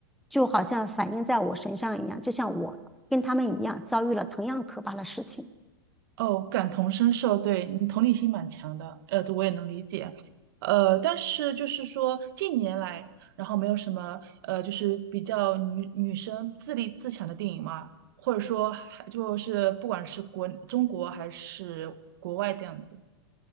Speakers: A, in the centre; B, on the right.
A: 就好像反映在我身上一样，就像我跟他们一样遭遇了同样可怕的事情。
B: 哦，感同身受，对你同理心蛮强的，呃，我也能理解，呃，但是就是说近年来，然后没有什么呃，就是比较女女生自立自强的电影嘛，或者说还就是不管是国中国还是国外这样子。